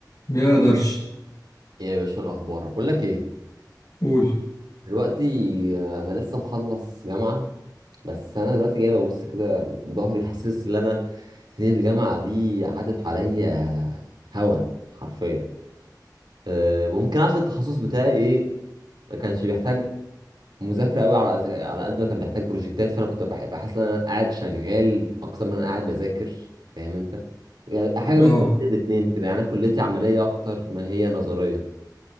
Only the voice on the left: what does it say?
ما يقدرش
قول
اه